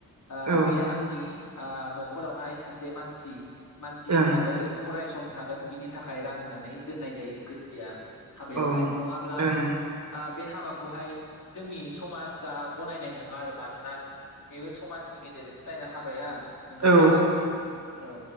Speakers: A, on the left; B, on the right.
A: ओ
B: औ ओं
A: बे आंनि। ओ न'खरावहाय सासे मानसि मानसि
B: औ
A: हिसाबै अराय सम। थागोन बिनि थाखाय रां होननानै दोननाय जायो गोर्जिया हाबायावहाय
B: औ ओं औ
A: नङाब्ला।
B: ओं
A: बे हाबाखौहाय जोंनि समाजा गनायनाय नङा आरो मानोना। बेबो समाजनि गेजेरजोंसो जायोना हाबाया नङाब्ला।
B: औ
A: औ